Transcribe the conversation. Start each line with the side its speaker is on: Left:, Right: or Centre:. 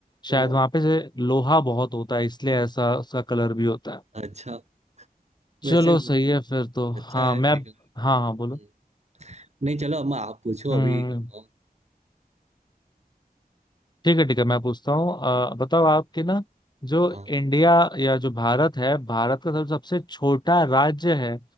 Left: शायद
Right: हाँ।
Left: वहां पे से लोहा बहुत होता है इसलिए ऐसा उसका कलर भी होता है
Right: अच्छा वैसे
Left: चलो सही है फिर तो हाँ
Right: अच्छा है
Left: मैं
Right: ठीक है
Left: हाँ
Right: हम्म।
Left: हाँ बोलो
Right: नहीं चलो अम्मा आप पूछो
Left: हम्म
Right: अभी हाँ
Left: ठीक है ठीक है मैं पूछता हूँ अ, बताओ आपके ना जो
Right: हाँ
Left: इंडिया या जो भारत है भारत का सब सबसे छोटा राज्य है